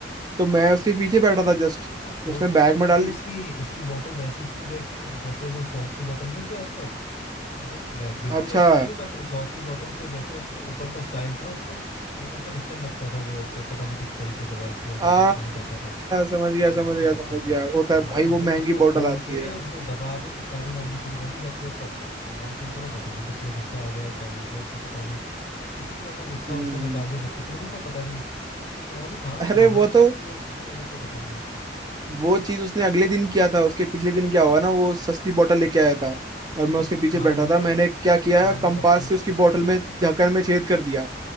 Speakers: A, on the right; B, on the left.
A: तो मैं उसके पीछे बैठा था जस्ट
B: अरे तो कोल्ड
A: उसने
B: ड्रिंक
A: बैग
B: वाली नहीं
A: में डाल
B: थी
A: ली
B: उसकी उसकी बोतल वैसी थी देख जैसे वो सॉस की बोतल नहीं होती आजकल मतलब वैस बिल्कुल
A: अच्छा
B: वैसी नहीं बट सॉस की बोतल का जैसा उसका ऊपर का स्टाइल था उसपे छोटा सा ढक्कन लगता था वो पता नहीं किस तरीके का वेलक्रो जैसा
A: आ
B: पता नहीं कैसा था
A: समझ
B: उसका
A: गया समझ
B: अजीब सा
A: गया
B: ढक्कन
A: समझ
B: था
A: गया होता है
B: हाँ
A: भाई
B: तो वो
A: वो महंगी
B: उसको
A: बॉटल
B: खोल
A: आती
B: के
A: है
B: उसने दबा के पिचकारी मारनी शुरू कर दी सबके ऊपर अब मैं सोच रहा हूँ पता नहीं किस लिए गुस्सा आ गया है क्या हो गया इसको पता नहीं और किसी का तो गुस्सा
A: हम्म
B: उसने निकाल दिया सब पे तू नहीं था पता नहीं तू कहीं और ही था
A: अरे
B: बाहर
A: वो तो
B: था या किसी के साथ था पता नहीं
A: वो चीज उसने अगले दिन किया था उसके पिछले दिन क्या हुआ ना वो सस्ती बॉटल लेके आया था और मैं
B: नहीं
A: उसके
B: तू
A: पीछे
B: था
A: बैठा
B: नहीं ना
A: था मैंने क्या किया
B: तू था नहीं
A: कंपास
B: तब की
A: से उसकी
B: तब
A: बॉटल
B: की है
A: में
B: ये
A: ढक्कन में छेद कर दिया